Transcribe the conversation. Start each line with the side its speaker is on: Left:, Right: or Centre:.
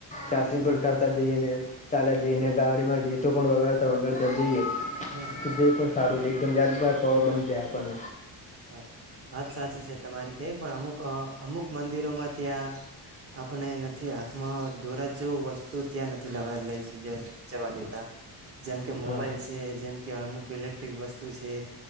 Left: ચાર્જિંગ પણ કરતા
Right: હા
Left: જઈએને, ચાલ્યા જઈને, ગાડીમાં ગીતો પણ વગાડતા વગર તો
Right: હા હા
Left: જે પણ સારું છે એકદમ યાદગાર પવ બની. જ પણ
Right: હ વાત સાચી છે. તમારી કય પણ અમુક અમુક મંદિરોમાં ત્યાં આપણે નથી હાથમાં દોરા જેવું વસ્તુ ત્યાં નથી લ લઈ જવા દેતા. જેમ કે મોબાઈલ
Left: હા હા
Right: છે જેમ કે અમુક ઇલેક્ટ્રિક વસ્તુ છે